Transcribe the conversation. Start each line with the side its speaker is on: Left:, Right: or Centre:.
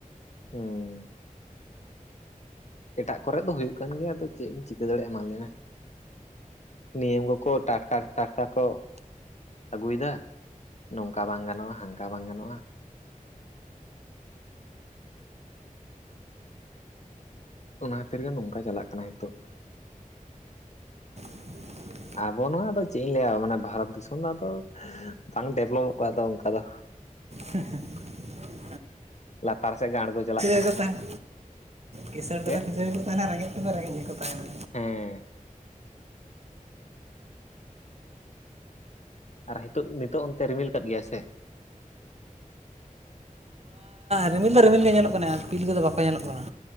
Left: ᱦᱮᱸ ᱮᱴᱟᱜ ᱠᱚᱨᱮᱜ ᱫᱚ ᱦᱩᱭᱩᱜ ᱠᱟᱱ ᱜᱮᱭᱟ ᱟᱫᱚ ᱪᱮᱫ ᱮᱢ ᱪᱤᱠᱟᱹ ᱫᱟᱲᱮᱭᱟᱜ ᱢᱟ ᱞᱟᱹᱭ ᱢᱮ᱾ ᱱᱤᱭᱚᱢ ᱠᱚᱠᱚ ᱴᱟᱴᱠᱟ ᱴᱟᱴᱠᱟ ᱠᱚ ᱟᱹᱜᱩᱭᱮᱫᱟ᱾ ᱱᱚᱝᱠᱟ ᱵᱟᱝ ᱜᱟᱱᱚᱜᱼᱟ ᱦᱟᱱᱠᱟ ᱵᱟᱝ ᱜᱟᱱᱚᱜᱼᱟ᱾ ᱚᱱᱟ ᱠᱷᱟᱹᱛᱤᱨ ᱜᱮ ᱱᱚᱝᱠᱟ ᱪᱟᱞᱟᱜ ᱠᱟᱱᱟ ᱱᱤᱛᱚᱜ᱾
Right: <inaudible>
Left: ᱟᱵᱚ ᱱᱚᱣᱟ ᱫᱚ ᱪᱮᱫ ᱤᱧ ᱞᱟᱹᱭᱟ ᱢᱟᱱᱮ ᱵᱷᱟᱨᱚᱛ ᱫᱤᱥᱚᱢ ᱫᱚ ᱟᱫᱚ ᱵᱟᱝ ᱰᱮᱵᱷᱞᱚᱯᱚ-ᱟᱜ ᱫᱚ ᱚᱱᱠᱟ ᱫᱚ
Right: ᱦᱮᱸ ᱦᱮᱸ <unintelligible>
Left: ᱞᱟᱛᱟᱨ ᱥᱮᱫ ᱜᱟᱲᱜ ᱪᱟᱞᱟᱜ ᱠᱟᱱᱟ᱾
Right: ᱜᱮᱠᱚ ᱛᱟᱦᱮᱱᱟ ᱠᱤᱥᱟᱹᱬ ᱛᱫᱚ
Left: ᱪᱮᱫ
Right: ᱠᱤᱥᱟᱹᱬ ᱜᱮᱠᱚ ᱛᱟᱦᱮᱸᱱᱟ ᱨᱮᱸᱜᱮᱡ ᱛᱮᱫ ᱨᱮᱸᱜᱮᱡ ᱜᱮᱠᱚ ᱛᱟᱦᱮᱸᱱᱟ᱾
Left: ᱦᱮᱸ ᱟᱨ ᱱᱤᱛᱳᱜ ᱱᱤᱛᱳᱜ ᱚᱱᱛᱮ ᱨᱤᱢᱤᱞ ᱟᱠᱫ ᱜᱮᱭᱟᱭ ᱥᱮ?
Right: ᱨᱤᱢᱤᱞ ᱫᱚ ᱨᱤᱢᱤᱞ ᱜᱮ ᱧᱮᱞᱚᱜ ᱠᱟᱱᱟ ᱯᱤᱞ ᱠᱚᱫᱚ ᱵᱟᱠᱚ ᱧᱮᱞᱚᱜ ᱠᱟᱱᱟ᱾